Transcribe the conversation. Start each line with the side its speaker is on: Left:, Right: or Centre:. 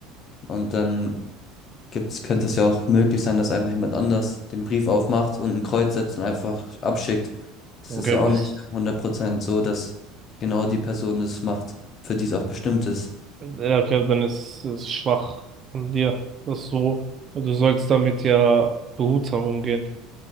Left: Und dann gibt's, könnte es ja auch möglich sein, dass einfach jemand anders den Brief aufmacht und ein Kreuz setzt und einfach abschickt. Das
Right: Okay,
Left: ist ja
Right: aber
Left: auch
Right: das,
Left: nicht 100% so, dass genau die Person es macht, für die es auch bestimmt ist.
Right: Ja, okay, dann ist es schwach von dir, das so. Und du sollst damit ja behutsam umgehen.